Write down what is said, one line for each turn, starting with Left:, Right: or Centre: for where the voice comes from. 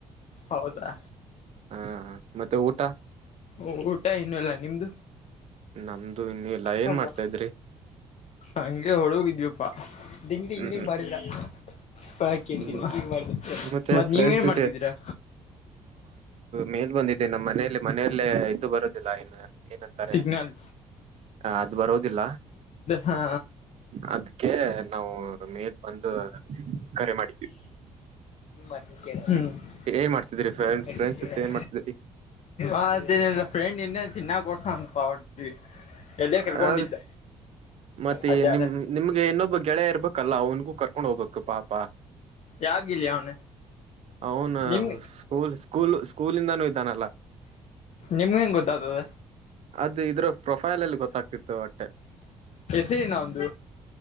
Left: ಹೌದಾ
Right: ಹಾ ಹಾ ಮತ್ತೆ ಊಟ
Left: ಓ ಊಟ ಇನ್ನೂ ಇಲ್ಲಾ ನಿಮ್ದು.
Right: ನಮ್ದು ಇನ್ನೂ ಇಲ್ಲಾ ಏನ್
Left: ಕೊಂಡ್ರ
Right: ಮಾಡ್ತಾ ಇದ್ರಿ.
Left: ಹಂಗೆ ಹೊಳೋಗಿದ್ಯಪ್ಪಾ ಡಿಂಗ್ ಡಿಂಗ್
Right: ಹ್ಮ್
Left: ಮಾಡಿದ್ರಾ ಹಾ ಕೇಳ್ತೀ
Right: ಹ್ಮ್
Left: ಮಾಡ್
Right: ಮತ್ತೆ
Left: ಮತ್ತ್
Right: ಫ್ರೆಂಡ್ಸ್
Left: ನೀವ್ ಏನ್
Right: ಜೊತೆ
Left: ಮಾಡ್ತಿದೀರಾ.
Right: ಮೇಲೆ ಬಂದಿದ್ದೇ ನಮ್ಮ್ ಮನೆಯಲ್ಲಿ ಮನೆಯಲ್ಲೇ ಇದ್ದು ಬರೋದಿಲ್ಲ ಇನ್ ಏನಂತಾರೆ.
Left: ಸಿಗ್ನಲ್
Right: ಅದು ಬರೋದಿಲ್ಲ
Left: ಹಾ
Right: ಅದಕ್ಕೆ ಹ್ಮ್ ಮೇಲ್ ಬಂದು ಕರೆ ಮಾಡಿದೀವಿ
Left: ಮತ್ತೆ ಹ್ಮ್
Right: ಏನ್ ಮಾಡ್ತಿದ್ರಿ
Left: ಡಿಂಗ್
Right: ಫ್ರೆಂಡ್ಸ್
Left: ಡಿಂಗ್ ಮಾಡಿದ್ರ
Right: ಫ್ರೆಂಡ್ಸ್ ಜೊತೆ ಏನ್ ಮಾಡ್ತಿದ್ರಿ.
Left: ಅದೇನಿಲ್ಲ <unintelligible> ಕರ್ಕೊಂಡಿದ್ದ
Right: ಹ್ ಮತ್ತೆ
Left: ಅಡ್ಡಾಡ
Right: ನಿಮ್ ನಿಮಗೆ ಇನ್ನೊಬ್ಬ ಗೆಳೆಯ ಇರ್ಬೇಕಲ್ಲ ಅವನ್ಗೂ ಕರ್ಕೊಂಡ್ ಹೋಗ್ಬೇಕು ಪಾಪ.
Left: ಯಾಗಿಲ್ಲ ಅವನು
Right: ಅವನ
Left: ನಿಮ್
Right: ಸ್ಕೂಲ್ ಸ್ಕೂಲ್ ಸ್ ಕೂಲ್ ಇದನಲ್ಲ
Left: ನಿಮ್ಗೆ ಹೆಂಗ್ ಗೊತ್ತಾಗ್ತದೆ
Right: ಅದ್ ಇದ್ರ್ ಪ್ರೊಫೈಲ್ ಅಲ್ಲಿ ಗೊತ್ತಾಗ್ತಿತ್ತು ಒಟ್ಟ್
Left: ಜೀರ್ಣ ಒಂದ್